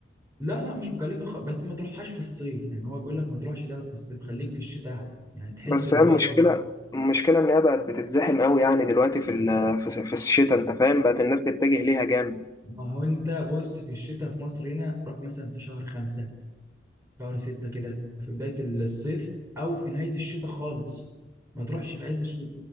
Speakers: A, on the right; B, on the left.
A: لا لا مش مكلفه خ... بس ما تروحهاش في الصيف يعني هو بيقول لك ما تروحش ده في الصيف خليك في الشتاء احسن يعني تحس
B: بس
A: الوقت
B: هي المشكله المشكله ان هي بقت بتتزحم قوي يعني دلوقتي في ال- في في الشتاء انت فاهم بقت الناس تتجه ليها جامد
A: ما هو انت بص في الشتاء في مصر هنا روح مثلا في شهر خمسة شهر ستة كده في بداية الصيف أو في نهاية الشتاء خالص ما تروحش في عز الشتاء